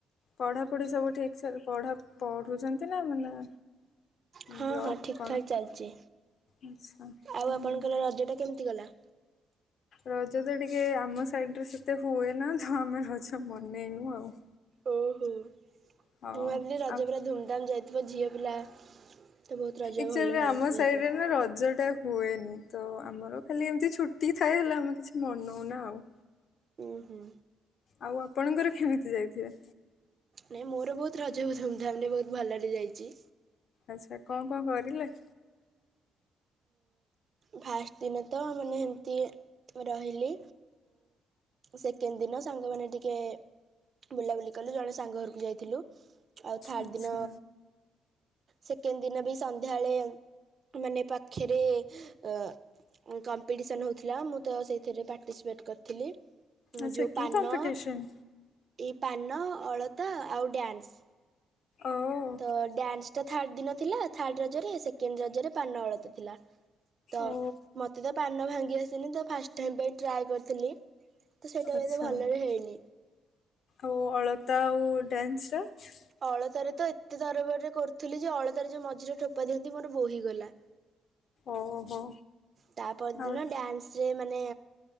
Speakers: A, on the left; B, on the right.
A: ପଢାପଢି ସବୁ ଠିକ ସେ ପଢା ପଢୁଛନ୍ତି ନା ମାନେ
B: ହଁ
A: ଜବ୍
B: ହଁ ଠିକ୍
A: କଣ?
B: ଠାକ୍ ଚାଲିଛି।
A: ଆଚ୍ଛା
B: ଆଉ
A: ହୁଁ।
B: ଆପଣଙ୍କର ରଜଟା କେମିତି ଗଲା?
A: ରଜ ତ ଟିକେ ଆମ ସାଇଡରେ ସେତେ ହୁଏ ନା। ତ ଆମେ ରଜ ବନେଇନୁ ଆଉ।
B: ଓହୋ ମୁଁ
A: ହଁ
B: ଭାବିଲି ରଜ
A: ଆଉ
B: ପୁରା ଧୁମଧାମ ଯାଇଥିବ। ଝିଅ ପିଲା ତ ବହୁତ ରଜ
A: ଏକ୍ଚ୍ୟୁଆଲି
B: ଭଲ ଭାଲ
A: ଆମ
B: ହେଇଥିବ।
A: ସାଇଡରେ ନା ରଜ ଟା ହୁଏନି। ତ ଆମର ଖାଲି ଏମିତି ଛୁଟି ଥାଏ ହେଲେ ଆମେ କିଛି ମନଉନା ଆଉ।
B: ଉଁ ହୁଁ।
A: ଆଉ ଆପଣଙ୍କର କେମିତି ଯାଇଥିବେ?
B: ନାଇଁ ମୋର ବହୁତ ରଜ ଧୁମ୍ ଧାମରେ ବହୁତ ଭଲରେ ଯାଇଛି।
A: ଆଚ୍ଛା। କଣ କଣ କରିଲେ?
B: ଫାଷ୍ଟ ଦିନ ତ ମାନେ ଏମିତି ରହିଲି। ସେକେଣ୍ଡ ଦିନ ସାଙ୍ଗମାନେ ଟିକେ ବୁଲାବୁଲି କଲୁ। ଜଣେ ସାଙ୍ଗ ଘରକୁ ଯାଇଥିଲୁ। ଆଉ ଥାର୍ଡ
A: ଆଚ୍ଛା
B: ଦିନ, ସେକେଣ୍ଡ ଦିନ ବି ସନ୍ଧ୍ୟାବେଳେ ମାନେ ପା ଖରେ ଅ କମ୍ପିଟିସନ ହେଉଥିଲା। ମୁଁ ତ ସେଇଥିରେ ପାର୍ଟିସିପେଟ୍ କରିଥିଲି।
A: ଆଚ୍ଛା
B: ଯୋଉ ପାନ,
A: କି କମ୍ପିଟିସନ୍
B: ଏଇ ପାନ, ଅଳତା ଆଉ ଡ୍ୟାନ୍ସ।
A: ଓଃ।
B: ତ ଡ୍ୟାନ୍ସ ଟା ଥାର୍ଡ ଦିନ ଥିଲା, ଥାର୍ଡ ରଜରେ ସେକେଣ୍ଡ ରଜରେ ପାନ ଅଳତା ଥିଲା। ତ
A: ଓ
B: ମତେ ତ ପାନ ଭାଙ୍ଗି ଆସିନି ତ ଫାଷ୍ଟ ଟାଇ ପାଇଁ ଟ୍ରାଏ କରିଥିଲି। ତ ସେଇଟା ବି
A: ଆଚ୍ଛା।
B: ଏତେ ଭଲରେ ହେଇନି।
A: ଆଉ ଅଳତା ଆଉ ଡ୍ୟାନ୍ସ ଟା?
B: ଅଳତାରେ ତ ଏତେ ତରବରରେ କରୁଥିଲି ଯେ, ଅଳତାରେ ଯୋଉ ମଝିରେ ଟୋପା ଦିଅନ୍ତି ମୋର ବୋହି ଗଲା।
A: ଓହୋ
B: ତା ପର
A: ଆଉ
B: ଦିନ ଡ୍ୟାନ୍ସ ରେ ମାନେ